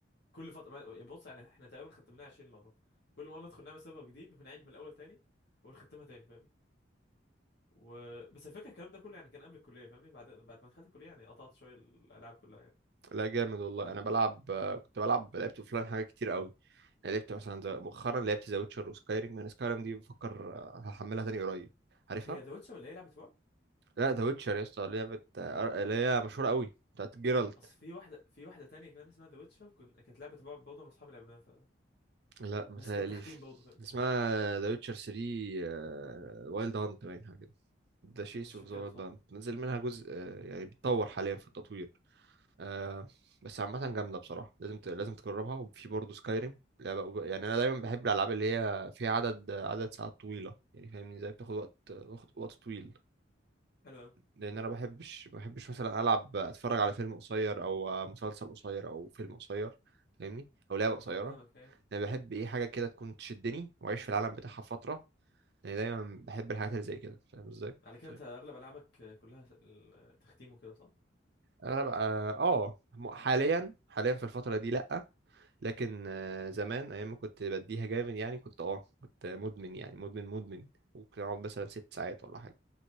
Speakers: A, on the left; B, on the right.
A: كل فتره ما- يعني بص يعني احنا تقريبا ختمناها 20 مره كل مره ندخل نعمل سيرفر جديد ونعيد من الاول تاني ونختمها تاني فاهمني و... بس الفكره الكلام ده كله يعني كان قبل الكليه فاهمني بعد بعد ما دخلت الكليه يعني قطعت شويه الالعاب كلها يعني
B: لا جامد والله انا بلعب آه، كنت بلعب لعبت اوفلاين حاجات كتير قوي انا لعبت مثلا زي- مؤخرا لعبت ذا ويتشر وسكايريم انا سكايريم دي بفكر آه، هحملها تاني قريب عارفها
A: هي ذا ويتشر اللي هي لعبه رعب
B: لا ذا ويتشر يا اسطى لعبه آه، أر- اللي هي مشهوره قوي بتاعت جيرالت
A: اصل في واحده في واحده تانية كمان اسمها ذا ويتشر كنت كانت لعبه رعب برضه انا واصحابي لعبناها
B: لا متهيأليش
A: بس كانت تختيم برضه فاهم
B: اسمها ذا ويتشر 3 وايلد هانت باين حاجه كده ذا شيس
A: مش
B: اوف
A: فاكرها
B: ذا وايلد
A: بصراحة
B: هانت نزل منها جزء آه، يعني بيتطور حاليا في التطوير آه بس عامة جامدة بصراحة لازم ت... لازم تجربها وفي برضه سكايريم لعبة أوب- يعني أنا دايما بحب الألعاب اللي هي فيها عدد عدد ساعات طويلة يعني فاهمني زي بتاخد وقت وقت وقت طويل
A: حلو أوي
B: لأن أنا بحبش بحبش مثلا ألعب أتفرج على فيلم قصير أو مسلسل قصير أو فيلم قصير فاهمني أو لعبة قصيرة
A: فاهمك أيوة
B: أنا بحب إيه حاجة كده تكون تشدني وأعيش في العالم بتاعها فترة يعني دايما بحب الحاجات اللي زي كده فاهم إزاي؟
A: على كده
B: ف-
A: أنت أغلب ألعابك كلها س- ال- تختيم وكده صح؟
B: أغلب آه آه، حاليا حاليا في الفترة دي لأ لكن آه، زمان ايام ما كنت بديها جامد يعني كنت اه كنت مدمن يعني مدمن مدمن ممكن اقعد مثلا ست ساعات ولا حاجه